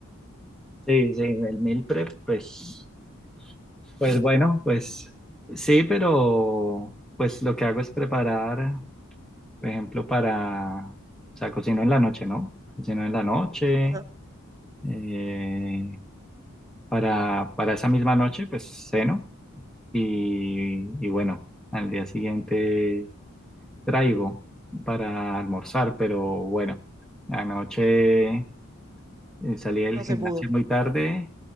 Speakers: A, in the centre; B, on the right (about 15°).
A: Sí, sí, el meal prep, pues, pues bueno, pues sí, pero pues lo que hago es preparar, por ejemplo, para, o sea, cocino en la noche, ¿no? Cocino en la noche,
B: Ajá,
A: eh, para, para esa misma noche, pues ceno y, y bueno, al día siguiente traigo para almorzar, pero bueno, anoche eh, salí del
B: No se
A: gimnasio
B: pudo.
A: muy tarde